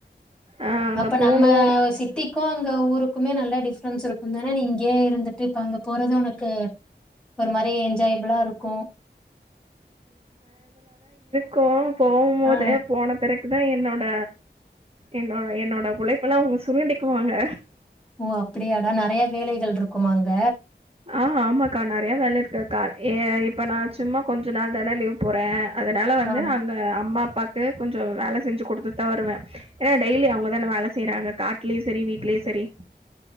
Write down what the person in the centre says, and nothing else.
அப்ப
நம்ம சிட்டிக்கு அங்க ஊருக்குமே நல்ல டிப்ரென்ஸ் இருக்கு தான நீங் இங்கே இருந்துட்டு இப்ப அங்க போறத உனக் க் ஒரு மாரி என்ஜாய் ஃபுல்லா இருக்கு
ஆ
ஓ அப்பிடியாடா நெறைய வேலைகள் இருக்குமா அங்க
ஆம்